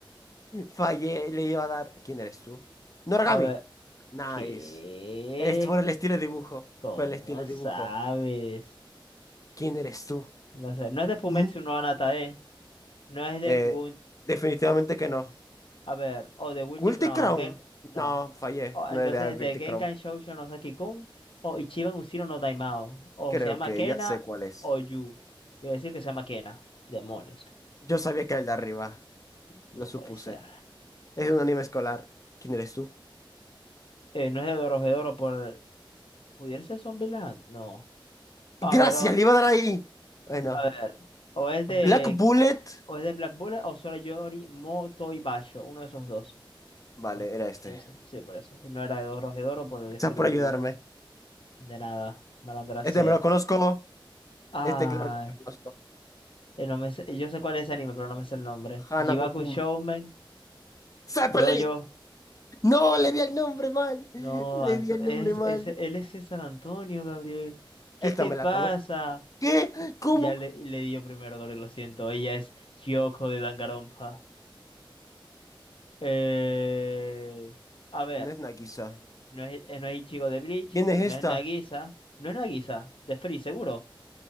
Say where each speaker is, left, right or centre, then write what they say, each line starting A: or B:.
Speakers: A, on the left (about 40°); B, on the left (about 80°).
A: Fallé, le iba a dar. ¿Quién eres tú? Noragami.
B: A ver,
A: Nice.
B: ¿qué?
A: Es por el estilo de dibujo.
B: ¿Cómo
A: Por el estilo de
B: sabes?
A: dibujo. ¿Quién eres tú?
B: No sé, no es de Fumetsu
A: Mm,
B: no Anatae, no es de
A: eh,
B: Gun,
A: definitivamente que no.
B: a ver, o de Guilty
A: Guilty
B: Crown,
A: Crown.
B: Gen- no.
A: No, fallé.
B: O, entonces
A: No le di
B: es de
A: Guilty
B: Genkan
A: Crown.
B: Shoujo no Saki-kun o Ichiban Ushiro no Daimao, o
A: Creo
B: se llama
A: que
B: Kena
A: ya sé cuál es.
B: o Yu. Quiero decir que se llama Kena. Demonios,
A: Yo sabía que era el de arriba.
B: no
A: Lo supuse.
B: puede ser.
A: Es un anime escolar. ¿Quién eres tú?
B: Eh, no es de Dorohedoro por ¿Pudiera ser Zombieland? No. A
A: Gracias,
B: ver, o,
A: le iba a dar ahí. Bueno.
B: a ver, o es
A: Black
B: de
A: Bullet.
B: O es de Black Bullet o Sorayori Motoibashi, uno de esos dos.
A: Vale,
B: Pues
A: era este.
B: eso, sí, por eso. Y No era de Dos de Oro por el
A: Gracias
B: estilo
A: por
B: de
A: ayudarme.
B: dibujo. De nada, malandra
A: Este
B: sea.
A: me lo conozco.
B: Ah,
A: Este claro que me lo conozco.
B: eh, no me sé- yo sé cuál es ese anime, pero no me sé el nombre.
A: Hanako-kun.
B: Jibaku Shounen,
A: ¡Zeppelin!
B: yo
A: ¡No! Le di el nombre mal.
B: No, Anto-
A: Le di el
B: es,
A: nombre mal.
B: es, él es de San Antonio, Gabriel. ¿Qué
A: Esta
B: te
A: me
B: pasa?
A: la conozco. ¿Qué? ¿Cómo?
B: Ya le, le di yo primero, Gabriel, lo siento. Ella es Kyoko de Danganronpa. Eh, a ver.
A: No es Nagisa.
B: No es, eh, no es Ichigo de Bleach,
A: ¿Quién es
B: no
A: esta?
B: es Nagisa, no es Nagisa, de Free, seguro.